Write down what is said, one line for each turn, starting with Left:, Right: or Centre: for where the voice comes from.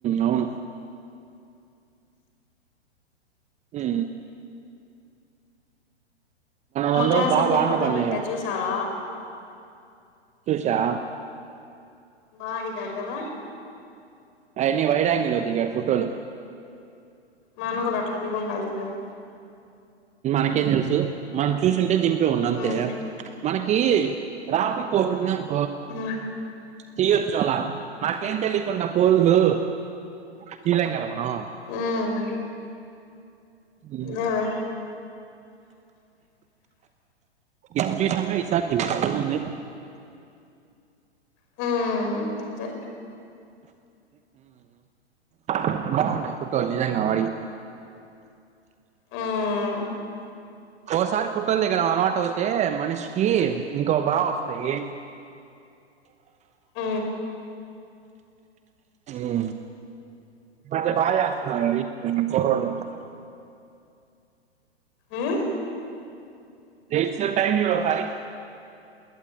Right: అవును ఊఉ
Left: మా
Right: రెండు
Left: క్లాస్
Right: రోజులు బా
Left: అబ్బాయి
Right: వానలు
Left: ఫోటో
Right: పడినాయిగా
Left: పెట్టా చూసావ,
Right: చూసా
Left: బాగుంది గడుదదావ
Right: అవన్ని వైరంగి లో దిగిన ఫొటోలు,
Left: అవును మరి అట్లా దిగిండాల్సింది.
Right: నకేం తెలుసు మనం చూసింటే దింపే వాని అంతే
Left: ఉమ్
Right: మనకి, రాఫి కో సునాన్
Left: అ
Right: తీయొచ్చోలా నాకేం తెలియకుండా ఫోజు తీయలేము కదా మనం ఆ
Left: ఉమ్
Right: ఉ
Left: అదేలే <unintelligible>
Right: ఎం చేస్తాంది ఇ సారి తీయి ముందు ముందే,
Left: హ అతే
Right: ఆ బాగుంటది ఫోటో తీయాంక ఆయిల్
Left: ఉమ్
Right: ఓసారి పుట్టటింది ఇక్కడ అలవాటు అవుతే మనిషికి ఇంకో బాగా వస్తాయి.
Left: అ
Right: ఉ బాగా డ్యా చేస్తున్నారండి నేను ఇంకో రోజు ఉంటా,
Left: ఉమ్
Right: లెట్స్ టైమ్ యువర్ హరిప్